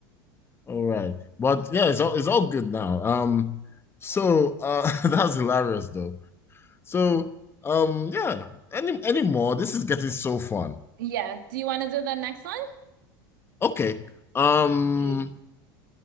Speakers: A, on the left (about 20°); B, on the right (about 80°).
A: All right, but yeah, it's all it's all good now. Um, so uh, <laughs> that's hilarious though. So um, yeah. Any any more? This is getting so fun.
B: Yeah. Do you want to do the next one?
A: Okay. Um,
B: See.